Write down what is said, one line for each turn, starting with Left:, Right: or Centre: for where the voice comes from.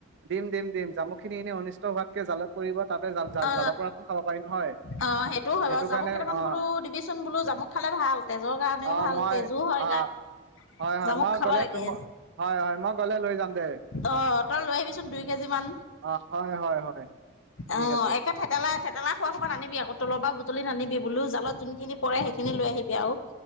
Right: দিম দিম দিম জামুক। খিনি এনে। হোৱাতকে জালত পৰিব। তাতে জাল
Left: অ
Right: জালৰ পৰাতো খাব পাৰিম হয়।
Left: অ সেইটোও হয়
Right: সেইটো
Left: বাৰু জামুক
Right: কাৰণে
Left: কেইটামান
Right: অ
Left: বোলো দিবিচোন বোলো জামুক খালে ভাল তেজৰ কাৰণেও
Right: অ
Left: ভাল
Right: মই
Left: তেজো হয়
Right: অ
Left: গাত।
Right: হয়- হয়
Left: জামুক
Right: মই
Left: খাব
Right: গ'লে
Left: লাগে
Right: ত হয়-হয় মই গ'লে লৈ যাম দে
Left: অ' তই লৈ আহিবিচোন দুই কেজি মান।
Right: অ হয় হয় হয় ঠিক
Left: অ'
Right: আছে
Left: একে থেতেলা-থেতেলা খোৱা সোপা নানিবি আক কৌ তলৰ পৰা বুটলি নানিবি বোলো জালত যোনখিনি পৰে সেইখিনি লৈ আহিবি। এতিয়াও